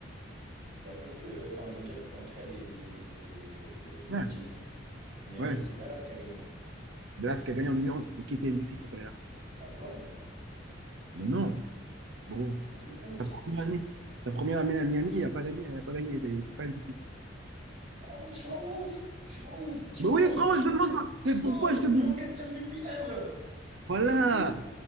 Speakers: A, on the right (about 40°); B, on the right (about 70°).
A: Il a perdu, euh, enfin, je veux dire, en tout cas, les, les, les, les, les, les- les- le
B: Ouais,
A: titre. Miami,
B: ouais.
A: c'est Dallas qui a gagné.
B: c'est de là ce qui a gagné en 2011. Mais qui était MVP cette année-là?
A: Bah, Brown,
B: Mais non, gros.
A: en deux mille onze.
B: Sa première année, sa première année à Miami, il n'a pas gagné, il n'a pas gagné, il n'était pas MVP.
A: Oh, je suis un ouf! Je suis un ouf! D-Rose!
B: Mais oui, frérot, je te demande,
A: D-Rose!
B: mais pourquoi je te
A: Youngest
B: demande?
A: MVP ever! You crazy?
B: Voilà!